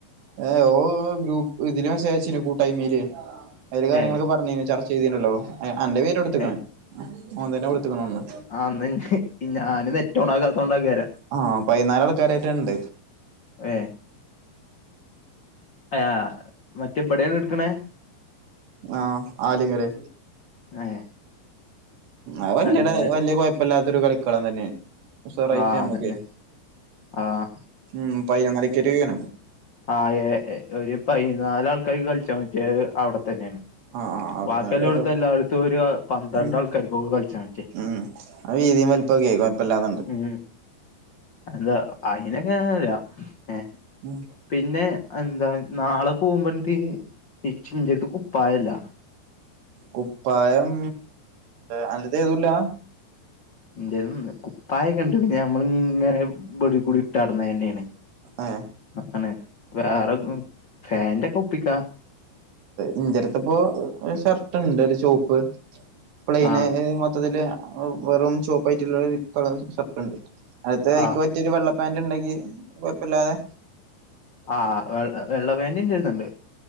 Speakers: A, on the right; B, on the left.
A: ഏ ഓ ഗ്രൂപ്പ് ഇതില മെസ്സേജ് അയച്ചിന് കൂട്ടായ്മയില് അതില് കാര്യങ്ങളൊക്കെ
B: ഏഹ്
A: പറഞ്ഞന് ചർച്ച ചെയ്തനല്ലോ അന്റെ പേര് കൊടുത്തക്കണ്
B: ഏഹ്
A: ഓൻ തന്നെ കൊടുത്തക്കണ ഒന്ന്.
B: ആഹ് ഇന്ന് ഞാന് നെറ്റ് ഓൺ ആക്കാത്തൊണ്ടേക്കാരം
A: ആഹ് പതിനാല് ആൾക്കാരായിട്ട ഇണ്ട്.
B: ഏ അയാ മറ്റേ ഇപടെയാണ് എടുക്കണേ
A: ആഹ് ആലങ്ങല്
B: ഏഹ്
A: അത് വലിയ
B: എന്താ
A: വല്യ കുയ് പ്പല്ലാത്തൊരു കളിക്കളൻ തന്നെ ഉസാറായിട്ട്
B: ആഹ്
A: നമ്മക്ക്
B: അതന്നെ ആഹ്
A: ഉം പതിനൊന്നരകട്ടേ ആണ്
B: ആ ഏ ഒരു പൈനാല് ആൾക്കാർക്ക് കളിക്കാൻ പറ്റിയ അവിടെ തന്നെയാണ്.
A: ആ ആ അവിടത്തന്നെ
B: ബാക്കിയെല്ലാം
A: അത് കൊഴപ്പ
B: എടുത്ത് എല്ലായിടത്തും ഒരു പന്ത്രണ്ട്
A: ഉം
B: ആൾക്കാർക്ക് കൊള്ളു കളിച്ചാൻ പറ്റ.
A: ഉം അത് വീതിയും വലിപ്പം ഒക്കെ കൊഴപ്പല്ലാതണ്ട്.
B: ഉം എന്താ അയിനൊക്കെ ഏ
A: ഉം
B: പിന്നെ എന്താ നാളെ പോകുമ്പോ എനിക്ക് ഈ ഇച്ച് ഇന്റടുത് കുപ്പായല്ല.
A: കുപ്പായം ആന്റടുത്തു എത്തുല്ല
B: ഇന്റെതും കുപ്പായൊക്കെണ്ട് പിന്നെ നമ്മള്ങ്ങനെ വെടികൂടി <unintelligible>
A: ഏ
B: ന്നാണ് വേറെരൂ ഫാന്റെക്കെപ്പിക്കാ
A: ഇന്റെട്ത്പ്പൊരു ഷർട്ട്ണ്ട് ഒരു ചോപ്പ് പ്ലെയിന
B: ആ
A: മൊത്തത്തില് വെറും ചോപ്പയിട്ടുള്ള ഒരു കളർഷർട്ട്ണ്ട് അതയിക്കൊറ്റിയരു
B: ആ
A: വെള്ളപ്പാന്റണ്ടക്കി കുഴപ്പല്ലാതെ
B: ആഹ് വെ വെള്ളപേന്റ് ന്റെട്ത്തുണ്ട്